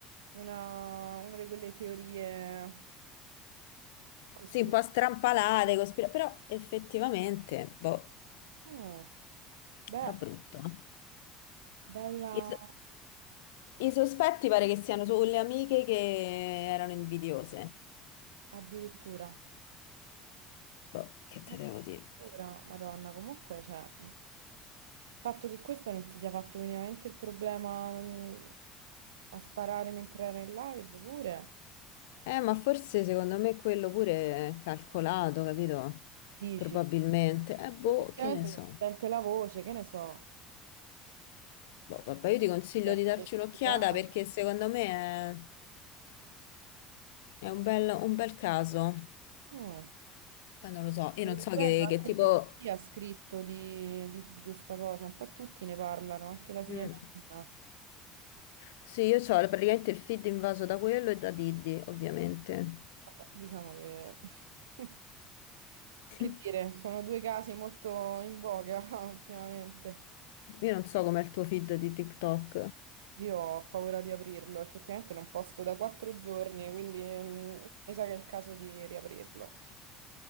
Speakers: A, on the right (about 85°); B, on the left (about 80°).
A: una, una di quelle teorie cospirative.
B: Sì, un po' strampalate, cospira- però effettivamente, boh,
A: Mm, beh,
B: però brutto. eh.
A: bella
B: I, so- i sospetti pare che siano sulle amiche che erano invidiose.
A: addirittura.
B: Boh, che te
A: Addirittura,
B: devo dire?
A: Madonna, comunque, cioè... Il fatto che questo non si sia fatto minimamente il problema mh, a sparare mentre era in live pure...
B: Eh, ma forse secondo me quello pure è calcolato, capito?
A: Dici,
B: Probabilmente. Eh, boh,
A: effettivamente
B: che ne so.
A: si sente la voce, che ne so,
B: Boh, vabbè, io ti consiglio
A: ti ha
B: di darci
A: identificato.
B: un'occhiata perché secondo me è... È un bel, un bel caso.
A: Mm,
B: Poi non lo so, io
A: sto
B: non
A: leggendo,
B: so che,
A: anche
B: che tipo...
A: BBC ha scritto di, di- di questa cosa, un po' tutti ne parlano, anche la CNN.
B: Mm. Sì, io ho praticamente il feed invaso da quello e da Diddy, ovviamente.
A: Vabbè, diciamo che... <laughs>
B: <laughs>
A: Che dire, sono due casi molto in voga <laughs> ultimamente.
B: Io non so com'è il tuo feed di TikTok.
A: Io ho paura di aprirlo, effettivamente non posto da quattro giorni, quindi mm, mi sa che è il caso di riaprirlo.